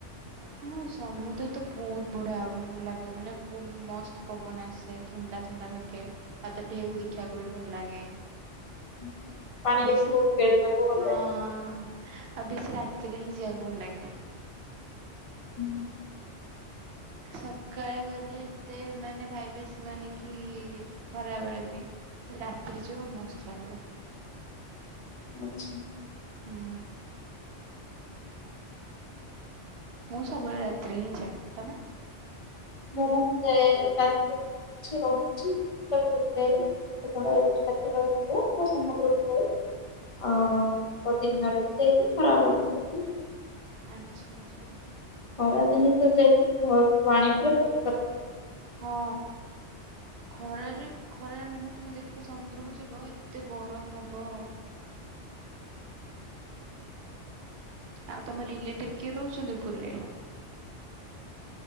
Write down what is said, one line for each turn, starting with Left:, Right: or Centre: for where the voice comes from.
Right: ହୁଁ ସମୁଦ୍ର ତ ବହୁତ ବଢ଼ିଆ ଲାଗେ ମାନେ ବୁ ମସ୍ତ ପବନ ଆସେ। ଥଣ୍ଡା ଥଣ୍ଡା ଲାଗେ, ଆଉ ମତେ ଢ଼େଉ ଦେଖିବାକୁ ବି ଭଲ ଲାଗେ।
Left: ଲାଗେ ପାଣିରେ
Right: ବେଶୀରେ
Left: ବି ବହୁତ
Right: ହଁ।
Left: ଖେଳିବାକୁ ଭଲ ଲାଗେ
Right: ଆଉ ବେଶୀ ରାତିରେ ହିଁ ଯିଆକୁ ଭଲ ଲାଗେ।
Left: ହୁଁ।
Right: ସକାଳେ ଗଲେ ଏତେ ମାନେ ଭାଇବେସିବାନି କି ଖରାବେଳେ ବି ରାତିରେ ଯିବ ମସ୍ତ ଲାଗିବ।
Left: ଆଚ୍ଛା।
Right: ହୁଁ ମୁଁ ସବୁବେଳେ ରାତିରେ ହିଁ ଯାଏ। ତମେ?
Left: ମୁଁ <unintelligible> ରାତି ରହିଛି <unintelligible> ସେତେବେଳେ <unintelligible> ଯିବ ମୁଁ ସମୁଦ୍ରକୁ ପଳେଇବି। ଅ ବହୁତ ଦିନ ଧରିକି ଯାଇକି ଖରାବେଳେ ଯିବି ଆଉ।
Right: ଆଚ୍ଛା ଆଚ୍ଛା।
Left: ଖରାଦିନେ ତ ଯାଇଥିଲି <unintelligible>
Right: ହଁ। ଖରାରେ ଖରାରେ ମାନେ ତମେ ଦେଖିବ ସମୁଦ୍ରକୁ ଯିବ ଏତେ ଗରମ ହବ। ଆଉ ତମ ରିଲେଟିଭ୍ କିଏ ରହୁଛନ୍ତି ପୁରୀରେ?